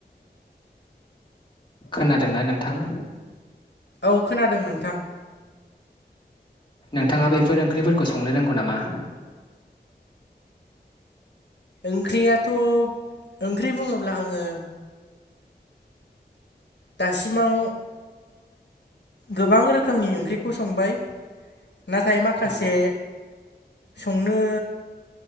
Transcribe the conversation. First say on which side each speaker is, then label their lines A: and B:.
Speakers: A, on the left (about 25°); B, on the left (about 85°).
A: खोनादोंना नोंथां।
B: औ खोनादों नोंथां।
A: नोंथाङा बेफोर ओंख्रिफोरखौ संनो रोंगौ नामा?
B: ओंख्रियाथ' ओंख्रि बुङोब्ला आङो दासिमाव गोबां रोखोमनि ओंख्रिखौ संबाय नाथाय माखासे
A: अ
B: संनो